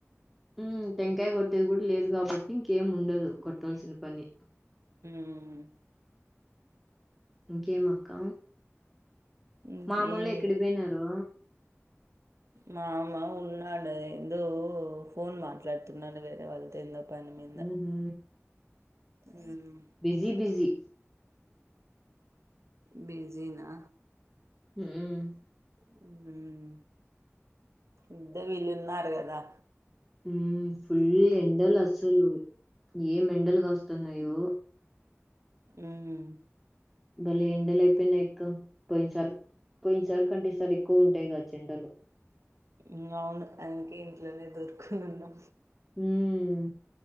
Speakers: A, in the centre; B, on the right.
A: హు టెంకాయ కొట్టేది కూడా లేదు కాబట్టి ఇంకేం ఉండదు కొట్టవలసిన పని
B: హ్మ్
A: ఇంకేం అక్క
B: ఇంకేం
A: మామ్మొల్లు ఎక్కడి పోయినారు
B: మామ ఉన్నాడే ఎందో ఫోన్ మాట్లాడుతున్నాడు వేరే వాళ్ళతో ఎందో పని మీద
A: ఉహు
B: హ్మ్
A: బిజీ, బిజీ
B: బిజీనా
A: హుమ్మ్
B: హుమ్మ్ ఇందే విలున్నరుగాదా
A: హుమ్ ఫుల్ ఎండలు అసలు ఏమ్ ఎండలు కాస్తున్నాయో
B: ఉమ్
A: బలే ఎండలు అయిపోయినాయి అక్క పోయిన సార్ పోయినసారి కంటే ఈసారి ఎక్కువ ఉంటాయి. కావచ్చు ఎండలు,
B: హ్ అవును అందుకే, ఇంట్లోనే దొరుకోని ఉన్నా.
A: ఉమ్మ్